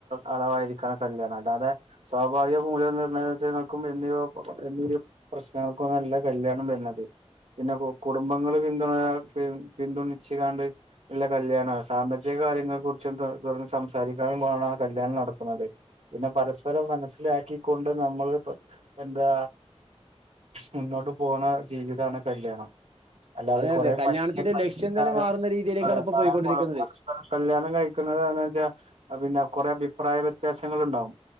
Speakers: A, on the right (about 75°); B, on the right (about 65°).
A: അളവായിരിക്കാണ് കല്യാണം അല്ല അതെ സ്വാഭാവിക മൂലനിർണയങ്ങൾക്കും എന്നിവ <unintelligible> നമക്ക് നല്ല കല്ല്യാണം വരുന്നത് പിന്നെ കുടുംബങ്ങള്ൾ പിന്തുണ പി പിന്തുണച്ച് കണ്ട് ഉള്ള കല്യാണമാണ് സാമ്പത്തിക കാര്യങ്ങളെ കുറിച്ചും സംസാരിക്കാനുമണ കല്യാണം നടക്കുന്നത്. പിന്നെ പരസ്പരം മനസ്സില കി ക്കൊണ്ട് നമ്മള് എന്താ മുന്നോട്ട് പോണ ജീവിതമാണ് കല്യാണം അല്ലാതെ
B: അതെ
A: <unintelligible>
B: അതെ കല്യാണത്തിന്റെ ലക്ഷ്യം തന്നെ മാറുന്ന രീതിയിലേക്കാണ്
A: അതെ <unintelligible>
B: ഇപ്പൊ പോയിക്കൊണ്ടിരിക്കുന്നത്.
A: പരസ്പരം കല്യാണം കഴിക്കുന്നത് എ വെച്ചാ പിന്നെ കുറേ അഭിപ്രായ വ്യത്യാസങ്ങുണ്ടാവും.